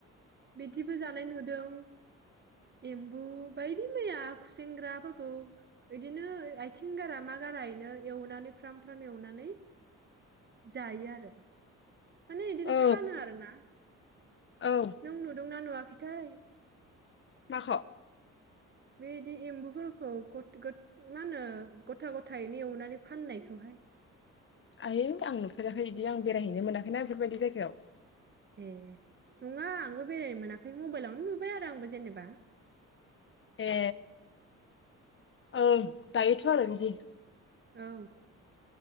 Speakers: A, on the right (about 35°); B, on the left (about 40°).
A: बिदिबो जानाय नुदों एम्बु बायदि मैया खुसेंग्राफोरखौ इदिनो आयथिं गारा मा गारायैनो एवनानै फ्राम फ्राम एवनानै जायो आरो माने इदिनो
B: औ
A: फानो आरो ना
B: औ
A: नों नुदोंना नुवा बिथाइ
B: माख'?
A: बेदि एम्बुफोरखौ गथ गोद गथ गथ मा होनो गथा गथायैनो एवनानै फाननायखौहाय
B: आयै आं नुफेराखै इदि आं बेरायहैनो मोनाखैना बेफोरबायदि जायगायाव।
A: ए नङा आंबो बेरायनो मोनाखै मबाइलावनो नुबाय आरो आंबो जेनेबा।
B: ए ओं जायोथ' आरो बिदि।
A: औ